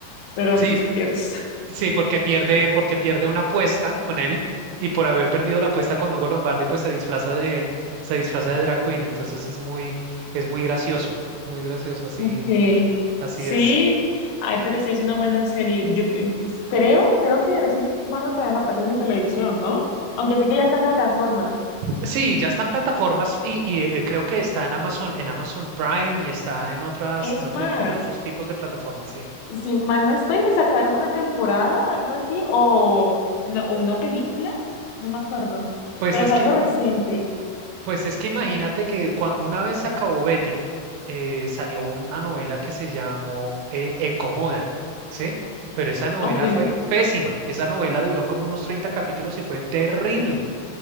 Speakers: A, on the left (about 75°); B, on the right (about 75°).
A: Pero
B: sí,
A: no, <laughs> qué risa.
B: sí, porque pierde, porque pierde una apuesta con él y por haber perdido la apuesta con Hugo Lombardi, pues se disfraza de, se disfraza de drag queen. Entonces es muy, es muy gracioso, muy gracioso, así,
A: Okay,
B: así
A: sí,
B: es.
A: ay, pero sí es una buena serie. Yo que- creo, creo que de vez en cuando todavía la pasan en televisión, ¿no? Aunque sé que ya está en plataformas.
B: Sí, ya están plataformas y, y, eh, creo que está en Amazon, en Amazon Prime y está en otras,
A: Es
B: en
A: más,
B: otro, en otros tipos de plataformas, sí.
A: si mal no estoy, me sacaron una temporada, algo así, o, no, o una película, no me acuerdo,
B: Pues
A: pero
B: es
A: fue
B: que,
A: algo
B: im-
A: reciente.
B: pues es que imagínate que cua- una vez se acabó Betty, eh, salió una novela que se llamó eh, Ecomoda, ¿sí? Pero esa novela
A: Ok.
B: fue pésima. Esa novela duró como unos 30 capítulos y fue terrible.